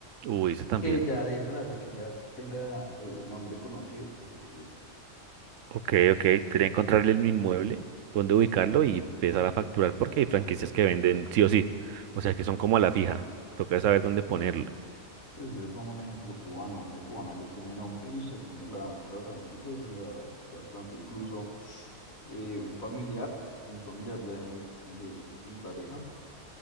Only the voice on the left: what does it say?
que ya dé plata, que ya tenga eh, nombre conocido, por decirlo así.
Entonces, yo le pongo un ejemplo cubano, ese cubano ya tiene nombre y usted pone la, la franquicia, eso le da bastante. Incluso eh, un familiar, un familiar de, de mi pareja,